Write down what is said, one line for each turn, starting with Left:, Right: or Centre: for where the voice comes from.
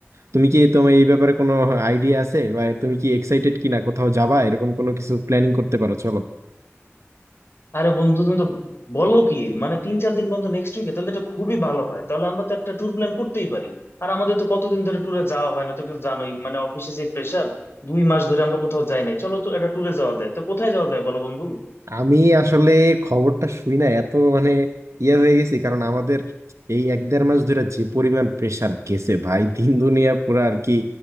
Right: তুমি কি তোমার এই ব্যাপারে কোনো আইডিয়া আছে বা তুমি কি এক্সাইটেড কিনা কোথাও যাবা এরকম কোনো কিছু প্ল্যানিং করতে পারো চলো
Left: আরে বন্ধু তুমি তো বলো কি মানে তিন চার দিন বন্ধু নেক্সট উইকে তাহলে তো এটা খুবই ভালো হয় তাহলে আমরা তো একটা ট্যুর প্ল্যান করতেই পারি আর আমাদের তো কতদিন ধরে ট্যুরে যাওয়া হয় না তুমি তো জানোই মানে অফিসে যে প্রেশার দুই মাস ধরে আমরা কোথাও যাই নাই চলো তো একটা ট্যুরে যাওয়া যায় তো কোথায় যাওয়া যায় বলো বন্ধু
Right: আমি আসলে খবরটা শুই না এত মানে ইয়ে হয়ে গেছি কারণ আমাদের এই এক দেড় মাস ধরে যে পরিমাণ প্রেসার গেছে ভাই দিন দুনিয়া পুরো আর কি